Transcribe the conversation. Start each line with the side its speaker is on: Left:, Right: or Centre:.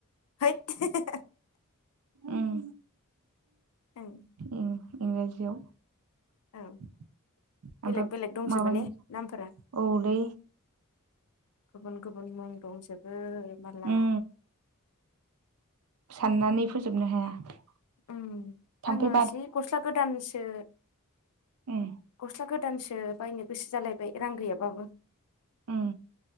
Left: हैद <unintelligible> <inaudible>
Right: उम
Left: ओं।
Right: उम इंराजियाव?
Left: औ
Right: <inaudible>
Left: बेलेग
Right: ओमफाय
Left: बेलेग दंजोबो
Right: माबानि
Left: ने नामफोरा
Right: औलै।
Left: गुबुन गुबुन मुं दंजोबो मालाय।
Right: उम
Left: ‌
Right: साननानै फोजोबनो हाया।
Left: उम
Right: थाम्फै
Left: आङो जि गस्ला गोदानसो
Right: ए।
Left: गस्ला गोदानसो बायनो गोसो जालायबाय रां गैयाबाबो। <inaudible>
Right: उम